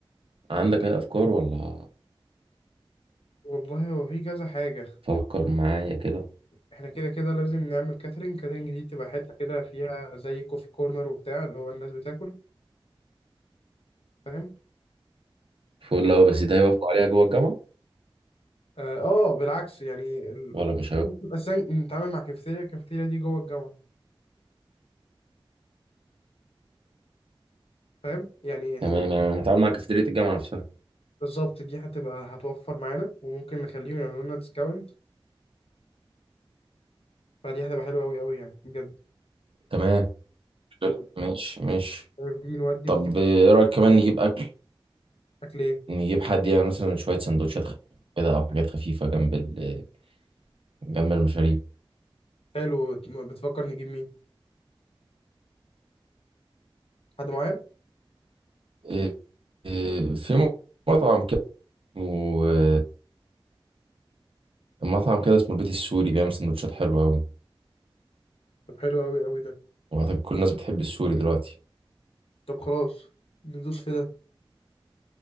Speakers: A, on the right (about 70°); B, on the left (about 85°).
A: عندك اي افكار ولا
B: والله هو في كذا حاجة
A: فكر معايا كده
B: احنا كده كده لازم نعمل كاترينج كاترينج دي تبقى حتة كده فيها زي كوفي كورنر وبتاع اللي هو الناس بتاكل فاهم
A: فول لا بس ده هيوافقوا عليها جوه الجامعة
B: اه آه، بالعكس يعني ال...
A: ولا مش هيوافقوا
B: تبقى سن... نتعامل مع كافيتيريا الكافيتيريا دي جوه الجامعة فاهم يعني
A: تمام
B: هتبقى
A: يعني هتعامل مع كافيتيريا الجامعة نفسها
B: بالظبط دي هتبقى هتوفر معانا وممكن نخليهم يعملوا لنا ديسكاونت فدي هتبقى حلوة أوي أوي يعني بجد
A: تمام حلو. ماشي ماشي
B: عارف دي نودي
A: طب
B: في دي
A: ايه رأيك كمان نجيب اكل
B: أكل إيه
A: نجيب حد يعني مثلا شوية سندوتشات خفيفة كده او حاجات خفيفة جنب ال جنب المشاريب
B: حلو بتفكر نجيب مين حد معين
A: إيه- إيه، في مطعم كده اسمه- مطعم كده اسمه البيت السوري بيعمل سندوتشات حلوة أوي
B: طب حلو أوي أوي ده
A: وأعتقد كل الناس بتحب السوري دلوقتي
B: طب خلاص ندوس في ده